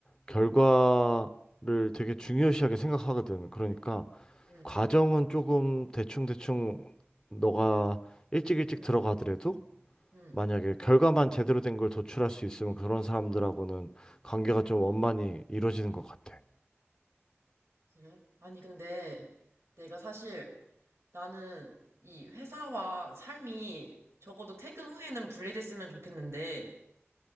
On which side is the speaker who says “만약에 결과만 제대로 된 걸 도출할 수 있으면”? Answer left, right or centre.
Left